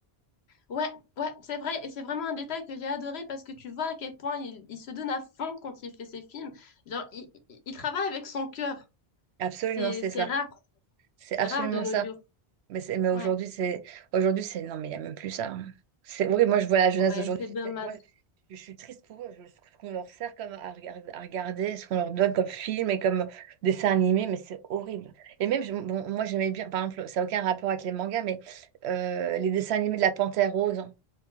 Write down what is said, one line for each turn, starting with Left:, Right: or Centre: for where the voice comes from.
Left: Ouais, ouais, c'est vrai, et c'est vraiment un détail que j'ai adoré parce que tu vois à quel point il, il se donne à fond quand il fait ses films. Genre, il, il- il travaille avec son cœur.
Right: Absolument,
Left: C'est,
Right: c'est
Left: c'est
Right: ça.
Left: rare,
Right: C'est
Left: c'est
Right: absolument
Left: rare de nos
Right: ça.
Left: jours.
Right: Mais c'est, mais aujourd'hui,
Left: Ouais,
Right: c'est, aujourd'hui, c'est, non, mais il n'y a même plus ça. hein. C'est horrible. Moi, je vois la jeunesse
Left: ouais,
Right: d'aujourd'hui.
Left: c'est dommage.
Right: j'étais- Moi, je, je suis triste pour eux. Je- ce qu'on leur sert comme à, regarder, à regarder, ce qu'on leur donne comme film et comme dessin animé, mais c'est horrible. Et même, je- bon, moi, j'aimais bien, par exemple, ça n'a aucun rapport avec les mangas, mais euh, les dessins animés de la Panthère Rose, hein.